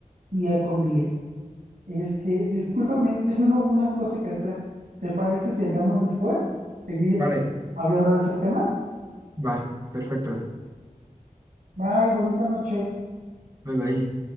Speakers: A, on the right; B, on the right.
A: día con día. Este, discúlpame, <laughs> tengo una cosa que hacer. ¿Te parece si hablamos después? Seguir
B: Vale.
A: hablando de esos temas.
B: Va, perfecto.
A: Bye, bonita noche.
B: Bye bye.